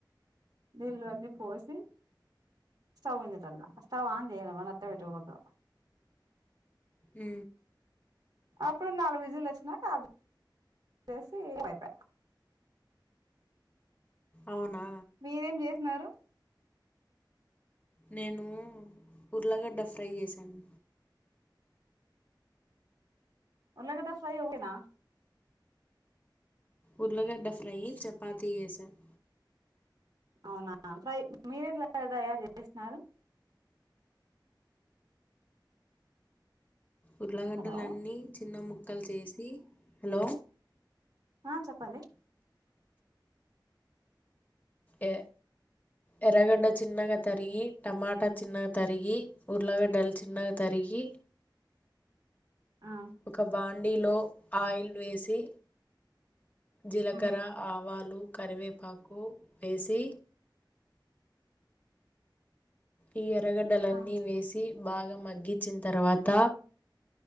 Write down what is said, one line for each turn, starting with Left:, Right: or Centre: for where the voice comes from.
Right: నీల్లు అన్నీ పోసి స్టవ్ ఉజేట వాళ్ళ స్టవ్ ఆన్ చేయలేమని అత్త పెట్టకూడదు
Left: హ
Right: అప్పుడు నాలుగు విజులు వచ్చినాక చేసి అయిప
Left: అవునా
Right: మీరేం చేసినారు
Left: నేను ఉర్ళగడ్డ ఫ్రై చేశాను
Right: ఉర్లగడ్డ ఫ్రై ఒకటేనా
Left: ఉర్లగడ్డ ఫ్రై చపాతో చేసాను
Right: అవునా సై మీరేలా తయారు చేస్తున్నారు
Left: ఉర్లగడ్డలన్నీ
Right: హలో
Left: చిన్న ముక్క కల్ చేసి హలో
Right: ఆ చెప్పండి
Left: ఎ ఎర్రగడ్డ చిన్నగా తరిగి టమాటా చిన్నగా తరిగి ఉర్ళగడ్డలు చిన్నగా తరిగి
Right: ఆ
Left: ఒక బాం డిలో ఆయిల్ వేసి జీలకర్ర
Right: ఉమ్
Left: ఆవాలు కరివేపాకు వేసి ఇ ప్రగడ్డలన్నీ
Right: ఆ
Left: వేసి బాగా మగ్గించిన తర్వాత